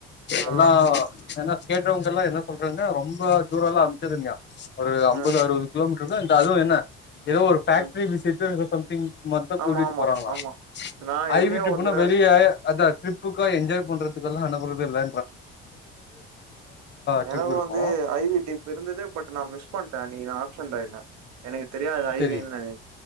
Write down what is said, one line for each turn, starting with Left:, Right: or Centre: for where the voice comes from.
Right: ஆ
Left: எல்லா எனஃப் கேட்டவுங்ககிட்டலா என்ன சொல்றாங்க ரொம்ப தூரோலா அனுப்சதில்லையா ஒரு ஐம்பது
Right: அ
Left: அறுவது கிலோமீட்டர் தா ட அதுவு என்ன எதோ ஒரு ஃபேக்ட்ரி
Right: அ
Left: விசிட்டோ எதோ திங் மட்ட கூட்டிட்டு
Right: ஆமா ஆமா
Left: போறாங்களா
Right: ஆமா நா
Left: ஐ
Right: என்னையு
Left: வி ட்ரிப்னா
Right: ஒரு தடவ
Left: பெரிய ஆய அதான் ட்ரிப்புக்கோ என்ஜாய் பண்றதுக்கெல்லா அனுப்புறதே இல்ல ட்ரிப்
Right: எனக்கும்
Left: இருக்கு
Right: வந்து ஐ வி டிப் இருந்தது பட் நா மிஸ் பண்ட அன்னக்கி நாப் <unintelligible> எனக்கு தெரியாது ஐவின்னனு
Left: செரி